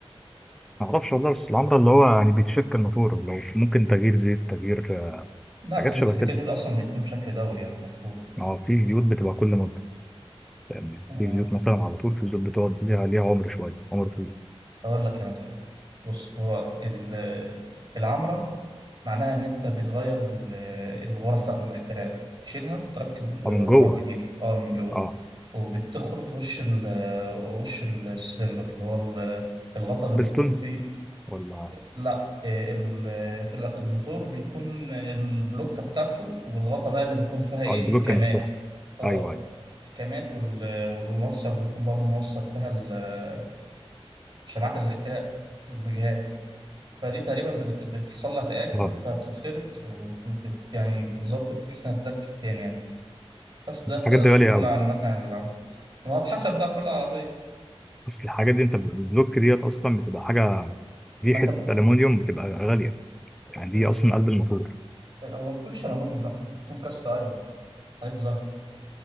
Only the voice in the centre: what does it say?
ما اعرفش والله بس العمرة اللي هو يعني بيتشك الموتور لو ممكن تغيير زيت تغيير
حاجات
شبه
كده
اه في زيوت بتبقى كل مده يعني
في زيوت مثلا على طول في زيوت بتقعد ليها ليها عمر شويه عمر طويل
اه من جوه
اه
بستون
ولا
اه البلوكه
نفسها
ايوه ايوه
اه
بس
الحاجات دي غاليه
قوي
اصل الحاجات دي انت ب- البلوك ديت اصلا بتبقى حاجه دي
حته
الومنيوم بتبقى غاليه يعني دي
اصلا قلب الموتور